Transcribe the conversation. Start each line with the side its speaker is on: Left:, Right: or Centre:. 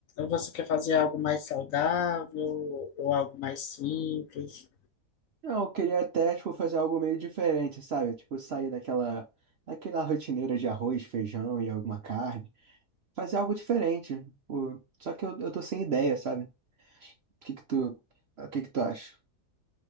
Left: você quer fazer algo mais saudável ou algo mais simples?
Right: Não, eu queria até, tipo, fazer algo meio diferente, sabe? Tipo, sair daquela, daquela rotineira de arroz, feijão e alguma carne. Fazer algo diferente. Pô, Só que eu, eu tô sem ideia, sabe? O que que tu, o que que tu acha?